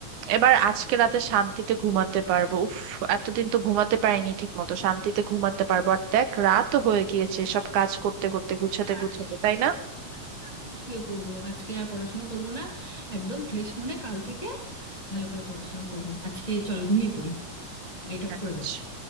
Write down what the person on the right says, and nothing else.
এবার আজকে রাতে শান্তিতে ঘুমাতে পারবো উফ এতদিন তো ঘুমাতে পারিনি ঠিক মতো শান্তিতে ঘুমাতে পারবো আর দেখ রাতও হয়ে গিয়েছে সব কাজ করতে করতে গুছাতে
গুছাতে
তাই
না
আচ্ছা,